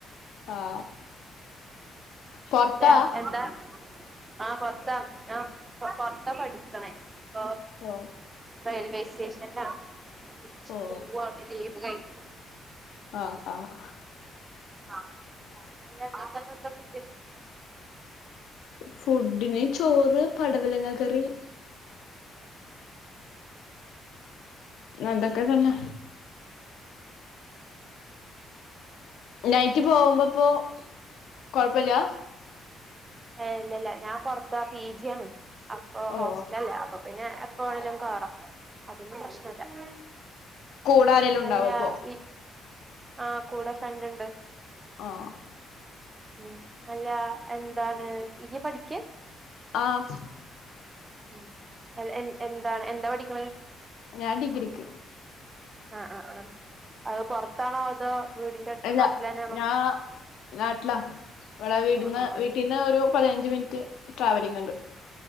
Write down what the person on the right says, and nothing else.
ഇല്ല എന്താ ആഹ് പൊറത്താ ആ പൊറത്താ പഠിക്കണേ ഇപ്പ
റെയിൽവേ സ്റ്റേഷനല്ലാവാണ് തിരിച്ചു
പോവാണ് ലീവ് കഴിഞ്ഞ്
ആഹ് അല്ല ഇങ്ങക്ക് ഇന്ന് എന്താ ഫുഡ്ന്
ഏഹ് ഇല്ലല്ല ഞാൻ പൊറ്ത്താ പി ജി ആണ് അപ്പൊ
ഹോസ്റ്റൽല്ലാ അപ്പം പിന്നെ എപ്പോ വേണേലും കേറാ അതൊന്നും പ്രശ്നല്ല
അല്ലാ
ഈ ആഹ് കൂടെ ഫ്രണ്ട് ഇണ്ട്
ഉം അല്ലാ എന്താണ് ഇയ്യ് പഠിക്ക്യാ
ഉം അല് എൻ എന്താണ് എന്താ പഠിക്ക്ണെ
ആഹ് ആഹ് ആഹ് അഹ് പൊറത്താണോ അതോ വീടിന്റെ
നാട്ടിൽ തന്നെയാണോ
ആഹ് ആഹ് ആഹ്